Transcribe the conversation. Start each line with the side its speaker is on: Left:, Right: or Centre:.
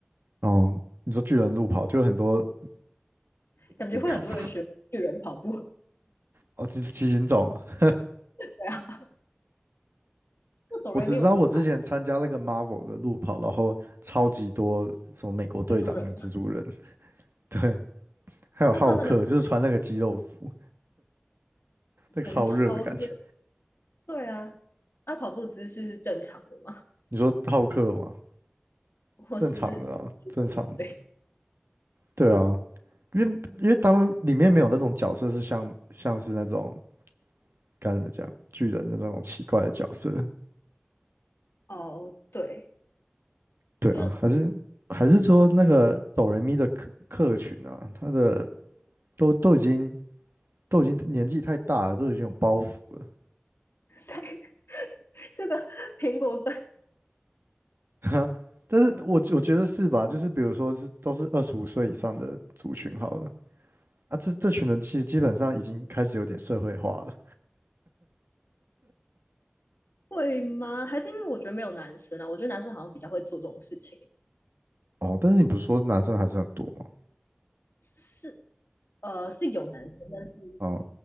Right: 哦，你说巨人路跑就有很多
Left: 感觉会很多人学巨人跑步。
Right: 米卡萨哦，就是骑行种啊。
Left: 对啊，那哆瑞咪我觉得还好
Right: 我只知道我之前参加那个 Marvel 的路跑，然后超级多什么美国队长跟蜘蛛人，
Left: 蜘蛛人嘛
Right: <laughs> 对，还有浩克，
Left: 那他们的
Right: 就是穿那个肌肉服，那个超热的感觉。
Left: 感觉超热对啊，那、跑步姿势是正常的吗？
Right: 你说浩克吗？
Left: <laughs> 我是日本对
Right: 正常的啊，正常的。对啊，因为因为他们里面没有那种角色是像像是那种。该怎么讲，巨人的那种奇怪的角色。
Left: 哦，对，
Right: 对啊，
Left: 就
Right: 还是还是说那个哆瑞咪的客客群啊，
Left: 啊，
Right: 他的都都已经都已经年纪太大了，都已经有包袱了。
Left: <laughs> 对这个苹果分
Right: <laughs> 但是我我觉得是吧？就是比如说是都是二十五岁以上的族群好了啊，这这群人其实基本上已经开始有点社会化了。
Left: 会吗？还是因为我觉得没有男生啊？我觉得男生好像比较会做这种事情，
Right: 哦，但是你不是说男生还是很多吗？
Left: 是呃是有男生，但是
Right: 哦，